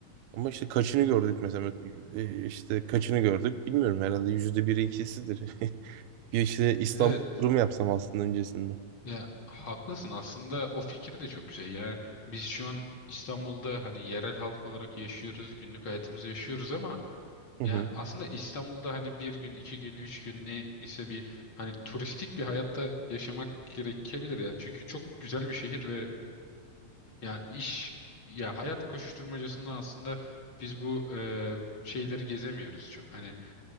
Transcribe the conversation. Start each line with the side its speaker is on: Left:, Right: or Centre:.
Right: Ama işte kaçını gördük mesela E, işte kaçını gördük bilmiyorum herhalde yüzde biri ikisidir. <laughs> Bir işte İstanbul
Left: Evet.
Right: turu mu yapsam aslında öncesinde.
Left: Ya haklısın aslında o fikir de çok güzel ya biz şu an İstanbul'da hani yerel halk olarak yaşıyoruz günlük hayatımızı yaşıyoruz ama
Right: Hı
Left: ya
Right: hı.
Left: aslında İstanbul'da hani bir gün iki gün üç gün neyse bir hani turistik bir hayatta yaşamak gerekebilir yani çünkü çok güzel bir şehir ve ya iş ya hayat koşuşturmacasında aslında biz bu e, şeyleri gezemiyoruz çok hani